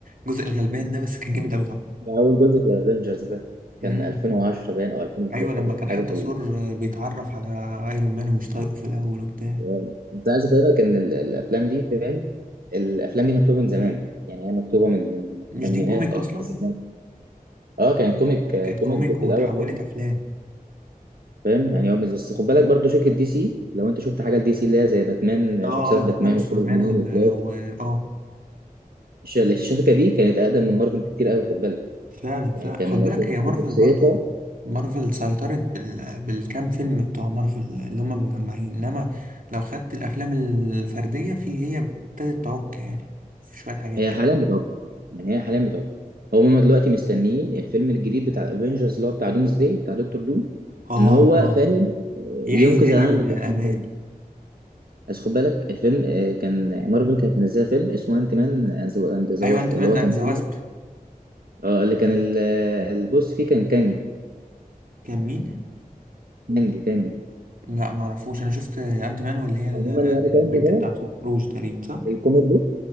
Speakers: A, on the right; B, on the right.
A: الجزء الغلبان ده بس كان جامد قوي طبعا
B: ده اول جزء في الافنجرز ده
A: <laughs>
B: كان
A: امم
B: 2010 باين او 2011
A: ايوه لما كان
B: حاجة
A: حتى
B: في
A: ثور آه، بيتعرف على ايرون مان ومش طايقه في الاول وبتاع
B: تمام. كنت عايز افهمك ان ال- الافلام دي فاهم الافلام دي مكتوبه من زمان يعني هي مكتوبه من من
A: مش
B: الثمانينات
A: دي كوميك
B: او
A: اصلا
B: التسعينات اه كانت كوميك آه،
A: كانت
B: كوميك
A: كوميك
B: بوك
A: واتحولت
B: الاول فاهم
A: افلام
B: فاهم يعني هو بس بس خد بالك برضو شركه دي سي لو انت شفت حاجه لدي سي اللي هي زي باتمان
A: اه
B: آه، شخصيات
A: آه، باتمان
B: باتمان
A: وسوبرمان
B: وسوبرمان
A: وال
B: وفلاش
A: و... اه
B: الش- الشركه دي كانت اقدم من مارفل بكتير قوي خد بالك
A: فعلا فعلا
B: يعني كان
A: خد بالك هي مارفل
B: شخصيتها
A: برضو مارفل سيطرت بال... بالكام فيلم بتوع مارفل اللي هم مجمعين انما لو خدت الافلام الفرديه في هي ابتدت تعك يعني في شويه حاجات
B: هي
A: كده
B: حاليا بتعق يعني هي حاليا بتعق هم دلوقتي مستنيين الفيلم الجديد بتاع الافينجرز اللي هو بتاع دومز داي بتاع دكتور دوم
A: اه
B: ان هو
A: اه
B: فاهم آه،
A: يحيي
B: ينقذ
A: تاني
B: العالم
A: الامال
B: بتاعه من جوه. بس خد بالك الفيلم آه، كان مارفل كانت منزله فيلم اسمه انت مان اند ذا
A: ايوه
B: واسب
A: انت مان
B: اللي هو
A: اند
B: كان
A: ذا
B: فيه
A: واسب
B: اه اللي كان ال- آه، البوس فيه كان كانج
A: كان مين
B: كانج كانج
A: لا ما اعرفوش انا شفت انت مان واللي هي ال-
B: عموما يعني كانج
A: البت
B: ده
A: بتاعته روج تقريبا صح
B: في الكوميك بوك